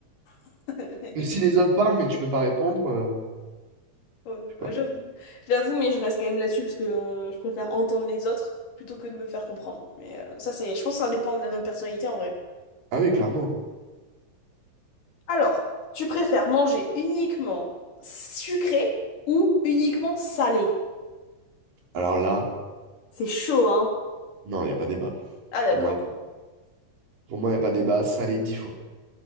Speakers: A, on the left (about 70°); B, on the right (about 85°).
A: <laughs>
B: Que Si les autres parlent, mais tu peux pas répondre, euh,
A: Ouais,
B: je sais pas.
A: bah, j'avoue. J'avoue, mais je reste quand même là-dessus parce que euh, je préfère entendre les autres plutôt que de me faire comprendre. Mais euh, ça, c'est, je pense que ça dépend de notre personnalité en vrai.
B: Ah oui, clairement.
A: Alors, tu préfères manger uniquement sucré ou uniquement salé?
B: Alors là.
A: c'est chaud, hein?
B: Non, il n'y a pas débat.
A: Ah, d'accord.
B: Pour moi, pour moi, il n'y a pas débat. Salé dix fois.